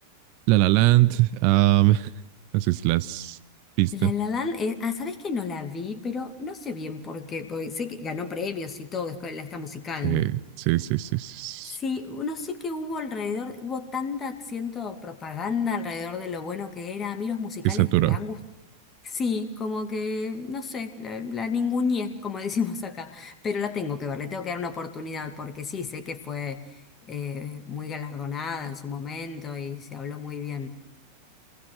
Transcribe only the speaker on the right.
La La Land, um, <laughs> no sé si las viste.
Sí, sí, sí, sí, sí.
Que saturó.